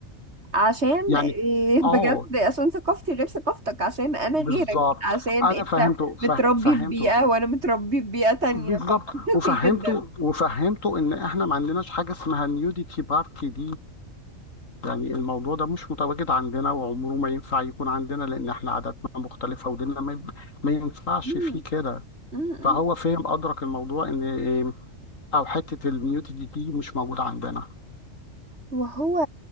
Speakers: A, on the right; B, on the left.
A: عشان
B: يعني
A: إيه، بجد
B: اه
A: عشان ثقافتي غير ثقافتك عشان انا
B: بالظبط
A: غيرك عشان
B: انا
A: انت
B: فهمته فه-
A: متربي
B: فهمته
A: في بيئة وانا متربي في بيئة تانية
B: بالظبط
A: فمنطقي
B: وفهمته
A: جدا
B: وفهمته ان احنا ما عندناش حاجه اسمها نيوديتي بارتي دي يعني الموضوع ده مش متواجد عندنا وعمره ما ينفع يكون عندنا لان احنا عاداتنا مختلفه وديننا ما, ما ينفعش
A: مم.
B: فيه كده
A: مم.
B: فهو فهم ادرك الموضوع ان إيه، او حته النيوديتي دي مش موجوده عندنا
A: وهو